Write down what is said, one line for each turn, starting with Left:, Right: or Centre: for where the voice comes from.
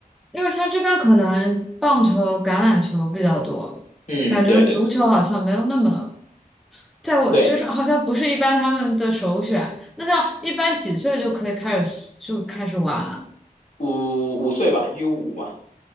Centre: 因为像这边可能棒球、橄榄球比较多，
Left: 嗯，
Centre: 感觉足球好像没有那么，
Left: 对对
Centre: 在我就是好像不是一般他们的首选。
Left: 对，
Centre: 那像一般几岁就可以开始就开始玩了？
Left: 五五岁吧，U 五吧。